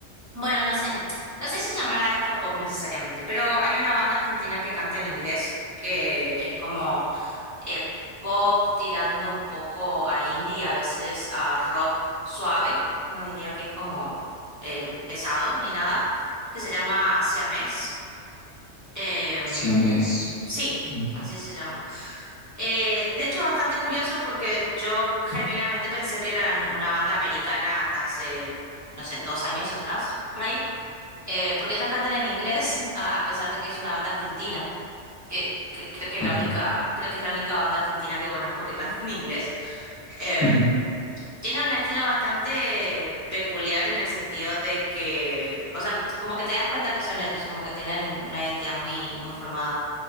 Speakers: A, on the right; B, on the left.
A: bueno, no sé, no sé si llamar a esto pop necesariamente, pero hay una banda argentina que canta en inglés que es como eh, pop tirando un poco a indie, a veces a rock suave, no diría que es como em, pesado ni nada, que se llama Siamés. Em,
B: Siamés.
A: sí,
B: Mm,
A: así se llama. Eh, de hecho, es bastante curioso porque yo genuinamente pensé que eran una banda americana hasta hace, no sé, dos años atrás, por ahí, Eh, porque ellos cantan en inglés, <laughs> a a pesar de que es una banda argentina que, que creo que es
B: ok.
A: la única, creo que es la única banda argentina que conozco que canta en inglés.
B: <laughs>
A: Em, tiene un estilo bastante peculiar en el sentido de que, o sea, como que te das cuenta que son ellos, como que tienen una identidad muy, muy formada.